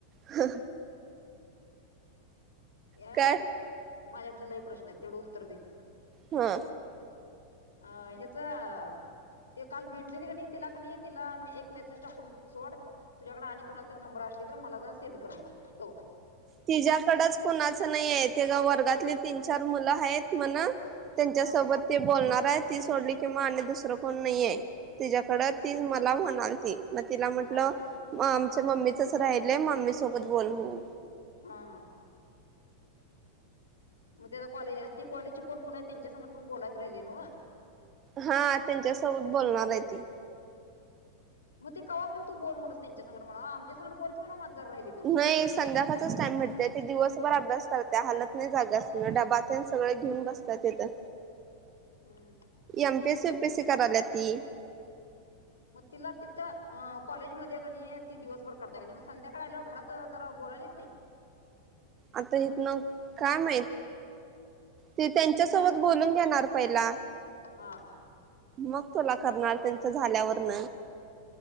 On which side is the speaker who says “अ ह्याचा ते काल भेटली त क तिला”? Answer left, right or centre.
Left